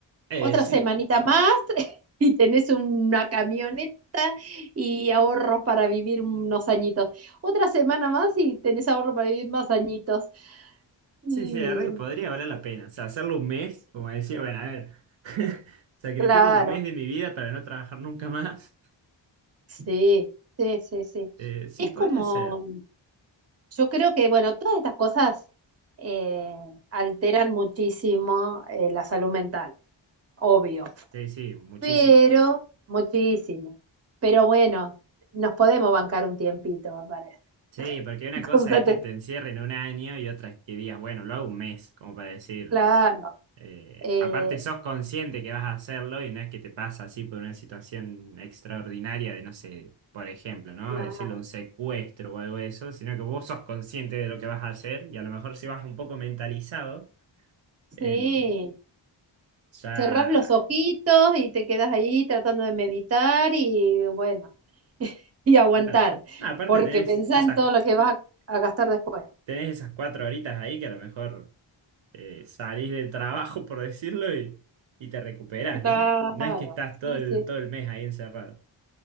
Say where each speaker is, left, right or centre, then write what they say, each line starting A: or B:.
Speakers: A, on the right; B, on the right.
A: Eh,
B: Otra
A: sí,
B: semanita más <laughs> y tenés una camioneta y ahorros para vivir unos añitos. Otra semana más y tenés ahorros para vivir más añitos. Mm,
A: Sí, sí, la verdad que podría valer la pena. O sea, hacerlo un mes, como decía, bueno, a ver, <laughs> sacrifico
B: claro,
A: un mes de mi vida para no trabajar nunca más.
B: sí, sí, sí, sí.
A: Eh, sí,
B: Es
A: podría
B: como,
A: ser.
B: yo creo que, bueno, todas estas cosas eh, alteran muchísimo eh, la salud mental, obvio.
A: Sí, sí, muchísimo.
B: pero muchísimo. Pero bueno, nos podemos bancar un tiempito, me parece.
A: Sí, porque una
B: <laughs>
A: cosa
B: Como se
A: es
B: te-
A: que te encierren un año y otra es que digas, bueno, lo hago un mes, como para decir,
B: Claro.
A: eh,
B: Eh,
A: aparte sos consciente que vas a hacerlo y no es que te pasa así por una situación extraordinaria de, no sé, por ejemplo, ¿no?
B: nada,
A: Decirlo un secuestro o algo de eso, sino que vos sos consciente de lo que vas a hacer y a lo mejor si vas un poco mentalizado. Em,
B: sí.
A: ya,
B: Cerrás los ojitos y te quedas ahí tratando de meditar y bueno, <laughs> y aguantar,
A: claro. No, aparte
B: porque
A: tenés
B: pensá
A: esas,
B: en todo lo que vas a, a gastar después.
A: tenés esas cuatro horitas ahí que a lo mejor eh, salís del trabajo, <laughs> por decirlo, y, y te recuperás,
B: Claro,
A: ¿no? No es que estás todo
B: sí,
A: el,
B: sí,
A: todo el mes ahí encerrado.